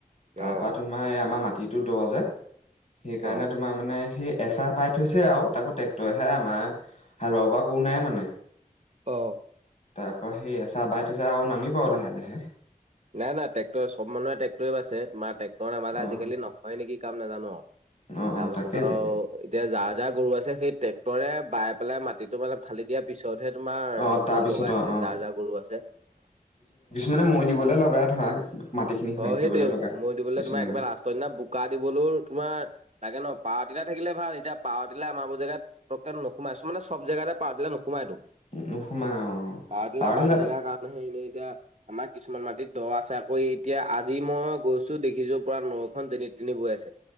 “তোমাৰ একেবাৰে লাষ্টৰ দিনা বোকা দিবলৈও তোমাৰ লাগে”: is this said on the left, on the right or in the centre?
Right